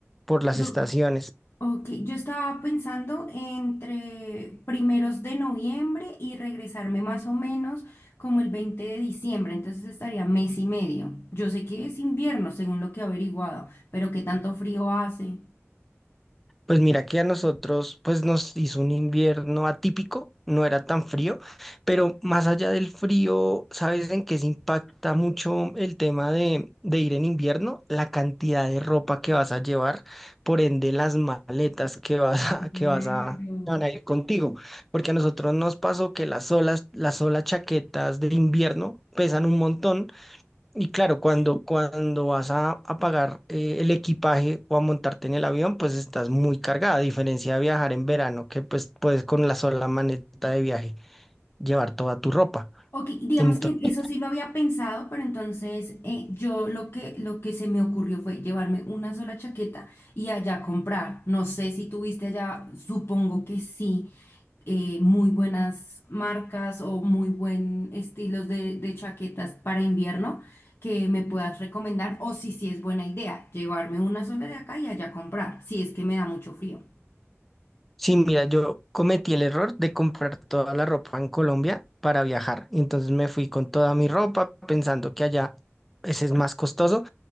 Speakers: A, in the centre; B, on the left.
A: por las
B: Yo,
A: estaciones.
B: ok, yo estaba pensando entre primeros de noviembre y regresarme más o menos como el 20 de diciembre, entonces estaría mes y medio. Yo sé que es invierno, según lo que he averiguado, pero ¿qué tanto frío hace?
A: Pues mira que a nosotros pues nos hizo un invierno atípico, no era tan frío, pero más allá del frío, ¿sabes en qué se impacta mucho el tema de, de ir en invierno? La cantidad de ropa que vas a llevar, por ende las maletas que vas a,
B: Claro.
A: que vas a, que van a ir contigo, porque a nosotros nos pasó que las solas, las solas chaquetas de invierno pesan un montón y claro, cuando, cuando vas a, a pagar eh, el equipaje o a montarte en el avión, pues estás muy cargada, a diferencia de viajar en verano, que pues puedes con la sola maneta de viaje llevar toda tu ropa.
B: Ok, digamos
A: Entonces,
B: que eso sí lo había pensado, pero entonces eh, yo lo que, lo que se me ocurrió fue llevarme una sola chaqueta y allá comprar. No sé si tuviste allá, supongo que sí, eh, muy buenas marcas o muy buen estilos de, de chaquetas para invierno que me puedas recomendar o si sí es buena idea llevarme una sola de acá y allá comprar, si es que me da mucho frío.
A: sí, mira, yo cometí el error de comprar toda la ropa en Colombia para viajar. Entonces me fui con toda mi ropa pensando que allá ese es más costoso